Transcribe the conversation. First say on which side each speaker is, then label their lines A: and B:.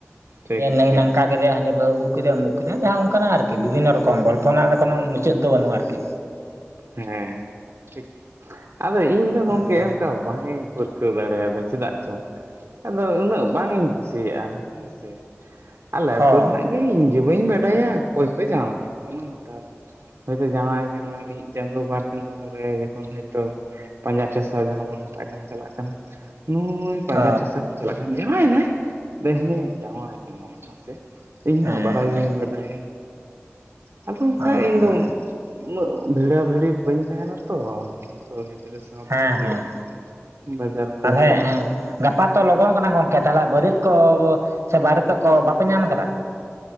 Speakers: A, on the right (about 65°); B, on the right (about 80°).
A: ᱴᱷᱤᱠ
B: ᱡᱮ ᱱᱟᱭ
A: ᱴᱷᱤᱠ
B: ᱱᱚᱝᱠᱟ ᱠᱮᱫᱮ ᱦᱟᱹᱱᱤ ᱵᱟᱹᱦᱩ ᱟᱜᱩ ᱼᱼ ᱠᱮᱫᱮ ᱩᱢᱩᱠ ᱠᱮᱫᱮ ᱡᱟᱦᱟᱸ ᱚᱱᱠᱟᱱᱟᱜ ᱟᱨᱠᱤ ᱵᱤᱷᱤᱱᱱᱚ ᱨᱚᱠᱚᱢ ᱜᱚᱞᱯᱚ ᱨᱮᱱᱟᱜ ᱫᱚ ᱠᱳᱱᱚ ᱢᱩᱪᱟᱹᱫ ᱫᱚ ᱵᱟᱹᱱᱩᱜ ᱟᱨᱠᱤ
A: ᱦᱮᱸ ᱴᱷᱤᱠ ᱟᱫᱚ ᱤᱧ ᱫᱚ ᱜᱚᱝᱠᱮ
B: ᱦᱩᱸ
A: ᱚᱱᱠᱟ ᱵᱟᱝᱤᱧ ᱯᱟᱹᱨ ᱼᱼ ᱠᱟᱹᱣ ᱵᱟᱲᱟ ᱭᱟᱫᱟ ᱪᱮᱫᱟᱜ ᱪᱚᱝ <inaudible> ᱟᱫᱚ ᱩᱱᱟᱹᱜ ᱵᱟᱝ ᱤᱧ ᱠᱩᱥᱤᱭᱟᱜᱼᱟ ᱦᱮᱸ ᱥᱮ᱾ ᱟᱞᱮ ᱟᱹᱛᱩ
B: ᱚ
A: ᱨᱮᱱᱟᱜ ᱜᱮ ᱤᱧ ᱜᱤ ᱵᱟᱹᱧ ᱵᱟᱰᱟᱭᱟ ᱚᱠᱚᱭ ᱠᱚ ᱡᱟᱶᱟᱭᱚᱜ ᱠᱟᱱᱟ ᱦᱚᱳᱴᱟᱛ ᱦᱚᱭᱛᱳ ᱡᱟᱶᱟᱭ ᱠᱟᱱᱟ ᱢᱤᱫ ᱪᱟᱸᱫᱳ ᱵᱟᱨ ᱪᱟᱸᱫᱳ ᱯᱚᱨᱮ ᱡᱚᱠᱷᱚᱱ ᱦᱚᱭᱛᱚ ᱯᱟᱸᱡᱟ ᱴᱷᱮᱥᱟ ᱡᱟᱦᱟᱸ ᱵᱚᱱ ᱢᱮᱛᱟᱜ ᱠᱟᱱ ᱪᱟᱞᱟᱜ ᱠᱟᱱᱟ ᱱᱩᱭ ᱼᱼ ᱯᱟᱸᱡᱟ
B: ᱚ
A: ᱴᱷᱮᱥᱟ ᱠᱚ ᱪᱟᱞᱟᱜ ᱠᱷᱟᱱ ᱡᱟᱶᱟᱭᱮᱱᱟᱭ ᱦᱮᱸ ᱡᱟᱶᱟᱭᱮᱱᱟᱭ ᱢᱟᱥᱮ ᱤᱧᱦᱚ
B: ᱦᱮᱸ
A: ᱵᱟᱰᱟᱭ ᱜᱮ ᱵᱟᱹᱧ ᱵᱟᱰᱟᱭ ᱟᱫᱚ ᱚᱱᱠᱟ
B: ᱚ
A: ᱤᱧ ᱫᱚ ᱩᱱᱟᱹᱜ ᱵᱷᱤᱲᱟ ᱵᱷᱤᱲᱤ ᱵᱟᱹᱧ ᱛᱟᱦᱮᱱᱟ ᱛᱚ ᱟᱛᱳ ᱜᱤᱫᱽᱨᱟᱹ ᱥᱟᱶᱛᱮ
B: ᱦᱮᱸ
A: ᱦᱩᱭᱩᱜ
B: ᱦᱮᱸ
A: ᱵᱟᱡᱟᱨ ᱠᱚᱨᱮ
B: ᱛᱟᱦᱚᱞᱮ
A: ᱦᱚᱸ
B: ᱜᱟᱯᱟ ᱛᱚ ᱞᱚᱜᱚᱱ ᱠᱟᱱᱟ ᱜᱚᱝᱠᱮ ᱛᱟᱦᱟᱞᱮ ᱵᱟᱹᱨᱭᱟᱹᱛ ᱠᱚ ᱥᱮ ᱵᱟᱨᱮᱛᱚᱜ ᱠᱚ ᱵᱟᱯᱮ ᱧᱟᱢ ᱟᱠᱟᱫᱟ?